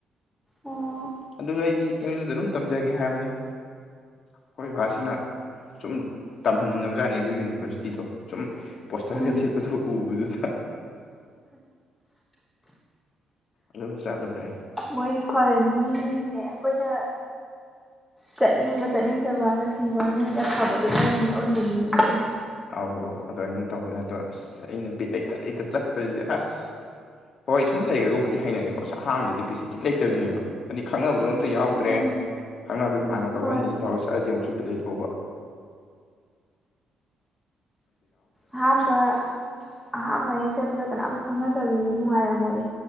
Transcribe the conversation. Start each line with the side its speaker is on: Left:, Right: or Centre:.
Centre: ꯑꯣ
Left: ꯑꯗꯨꯁꯨ ꯑꯩꯗꯤ ꯑꯦꯝ ꯌꯨꯗ ꯑꯗꯨꯝ ꯇꯝꯖꯒꯦ ꯍꯥꯏꯕꯅꯤ ꯑꯈꯣꯏ ꯕꯥꯥꯁꯤꯅ ꯁꯨꯝ ꯇꯝꯍꯟꯅꯤꯡꯉꯕ ꯖꯥꯠꯅꯦ ꯑꯗꯨ ꯌꯨꯅꯤꯚꯔꯁꯤꯇꯤꯗꯣ ꯁꯨꯝ ꯄꯣꯁꯇꯔꯒ
Centre: ꯎꯝ
Left: ꯊꯦꯠꯄꯗꯣ ꯎꯕꯗꯨꯗ ꯑꯗꯨꯝ ꯆꯠꯂꯨꯔꯦ
Centre: ꯃꯣꯏꯗꯤ ꯐꯔꯅꯤ ꯅꯥꯡꯉꯥꯅꯦ ꯑꯈꯣꯏꯗ ꯆꯠꯅꯤꯡꯕ ꯆꯠꯅꯤꯡꯗꯕꯅ ꯊꯤꯕꯣꯅꯤ ꯃꯣꯏꯗꯤ ꯑꯐꯕꯗꯨꯗꯅꯤꯅ ꯑꯣꯏꯖꯅꯤꯡꯉꯤ
Left: ꯑꯧ ꯑꯗꯨꯃꯥꯏꯅ ꯇꯧꯍꯜꯂꯦ ꯑꯗꯣ ꯑꯁ ꯑꯩꯅ ꯕꯤꯠ ꯂꯩꯇ ꯂꯩꯇ ꯆꯠꯄꯁꯤꯗꯤ ꯑꯁ ꯍꯣꯏ ꯁꯨꯝ ꯂꯩꯈ꯭ꯔꯒꯕꯨꯗꯤ ꯍꯩꯅꯔꯦꯀꯣ ꯑꯁ ꯑꯍꯥꯟꯕꯗꯗꯤ ꯕꯤꯖꯦ ꯊꯤ ꯂꯩꯇꯕꯤꯅꯦꯕ ꯍꯥꯏꯗꯤ ꯈꯪꯅꯕꯁꯨ ꯑ ꯌꯥꯎꯗ꯭ꯔꯦ
Centre: ꯎꯝ
Left: ꯈꯪꯅꯕ ꯏꯃꯥꯟꯅꯕ
Centre: ꯍꯣꯏ
Left: ꯑꯃꯅꯤ ꯇꯧꯔ ꯆꯠꯂꯑꯗꯤ ꯑꯃꯨꯛꯁꯨ ꯕꯤꯠ ꯂꯩ ꯀꯧꯕ <inaudible>
Centre: ꯑꯍꯝꯕ ꯑꯍꯥꯝꯕꯅꯦꯛ ꯆꯠꯄꯗ ꯀꯅꯥꯝ ꯈꯪꯅꯗꯕꯤ ꯅꯨꯡꯉꯥꯏꯔ ꯃꯣꯏꯌꯦ